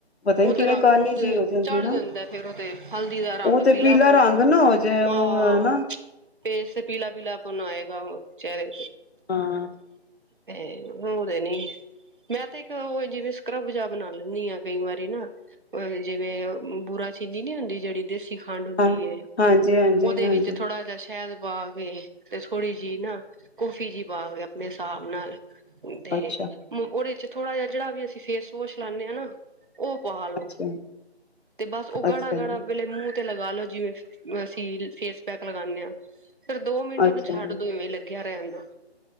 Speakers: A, on the left (about 70°); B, on the right (about 50°).
A: ਪਤਾ ਨੀ
B: ਉਹ
A: ਕਿਵੇਂ
B: ਤੇ ਰੰਗ
A: ਕਾਲੀ
B: ਮੂੰਹ
A: ਜਿਹੀ
B: ਤੇ
A: ਹੋ ਜਾਂਦੀ
B: ਚੜ
A: ਨਾ
B: ਜਾਂਦਾ ਫੇਰ ਉਹ ਤੇ ਹਲਦੀ ਦਾ ਰੰਗ
A: ਉਹ ਤੇ
B: ਪੀਲਾਪਨ
A: ਪੀਲਾ ਰੰਗ ਨਾ ਹੋ ਜੇ ਮੂੰਹ
B: ਆਹ
A: ਦਾ ਨਾ
B: ਫੇਸ ਤੇ ਪੀਲਾ ਪੀਲਾਪਨ ਆਏਗਾ ਚਰੇ
A: ਹਾਂ
B: ਤੇ ਉਹ ਤੇ ਨੀ ਮੈਂ ਤਾਂ ਇੱਕ ਜਿਵੇਂ ਸਕਰੱਬ ਬਣਾ ਲੈਂਦੀ ਹਾਂ ਕਈ ਵਾਰੀ ਨਾ ਅ ਜਿਵੇਂ ਬੁਰਾ ਚੀਜ਼ ਹੀ ਨੀ ਹੁੰਦੀ ਜਿਹੜੀ ਦੇਸੀ ਖੰਡ ਹੁੰਦੀ
A: ਹਾਂ ਹਾਂਜੀ ਹਾਂਜੀ
B: ਉਹਦੇ
A: ਹਾਂਜੀ
B: ਵਿੱਚ ਥੋੜਾ ਜਿ ਸ਼ਹਿਦ ਪਾ ਕੇ ਤੇ ਥੋੜ੍ਹੀ ਜਿਹੀ ਨਾ ਕੋਫੀ ਜਿਹੀ ਪਾ ਕੇ ਆਪਣੇ ਹਿਸਾਬ ਨਾਲ ਤੇ
A: ਅੱਛਾ
B: ਉਹਦੇ ਚ ਥੋੜਾ ਜਿਹਾ ਜਿਹੜਾ ਵੀ ਅਸੀਂ ਫੇਸ ਵੋਸ਼ ਲਾਂਦੇ ਹਾਂ ਨਾ ਉਹ ਪਾ ਲੋ
A: ਅੱਛਾ
B: ਤੇ ਬਸ ਉਹ ਗਾੜਾ
A: ਅੱਛਾ
B: ਗਾੜਾ
A: ਜੀ
B: ਵੇਲੇ ਮੂੰਹ ਤੇ ਲਗਾ ਲੋੋ ਜਿਵੇਂ ਅਸੀਂ ਫੇਸ ਪੈਕ ਲਗਾਦੇ ਹਾਂ ਫਿਰ ਦੋ ਮਿੰਟ
A: ਅੱਛਾ
B: ਉਹਨੂੰ ਛੱਡੋ
A: ਜੀ
B: ਇਵੇਂ ਲੱਗੇ ਲੱਗਿਆ ਰਹਿਣ ਦੋ